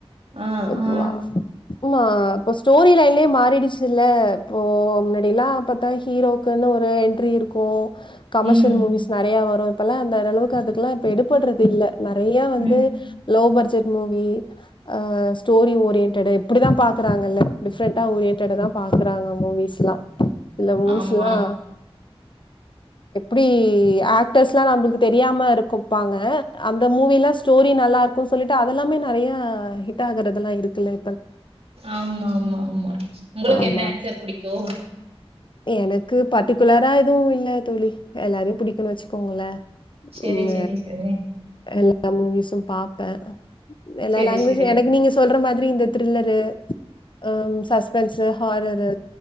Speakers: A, on the right; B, on the left.
A: ஆ
B: இப்ப
A: ஆ.
B: மா இப்ப ஸ்டோரி லைன்லயே மாறிடிச்சு ல்ல இப்போ முன்னாடியெல்லா பாத்தா ஹீரோக்குன்னு ஒரு என்ட்ரி இருக்கு கமர்ஷியல்
A: ம்.
B: மூவிஸ் நறைய வரு இப்பல்லா அந்தளவுக்கு அதுக்குல்லா இப்ப எடுபட்றது இல்ல நறைய வந்து
A: ம்.
B: லோ பட்ஜெட் மூவி ஆ ஸ்டோரி ஓரியன்ட்டடு இப்டி தா பாக்குறாங்கல்ல டிஃப்ரெண்ட்டா ஓரியன்டடதா பாக்குறாங்க மூவிஸ்லா சில மூவிஸ்லா
A: ஆமா.
B: எப்டி ஆக்டர்ஸ்லா நம்ளுக்கு தெரியாம இருக்கப்பாங்க அந்த மூவிலா ஸ்டோரி நல்லா இருக்கூன் சொல்லிட்டு அதெல்லாமே நறையா ஹிட் ஆகுறதெல்லா இருக்குல்லை
A: ஆமா ஆமா ஆமா உங்களுக்கு
B: ஆமா
A: என்ன ஆக்ட்டர் புடிக்கு
B: எனக்கு பர்ட்டிகுலரா எதுவு இல்ல தோழி எல்லாரையு புடிக்கூண் வச்சுக்கோங்கள
A: சரி
B: ம்ம
A: சரி சரி.
B: எல்லா மூவிஸும் பாப்ப எல்லா
A: சரி
B: லாங்வேஜு
A: சரி.
B: எனக்கு நீங்க சொல்ற மாதிரி இந்த த்ரில்லர் ஆ சஸ்பென்ஸு ஹாரரு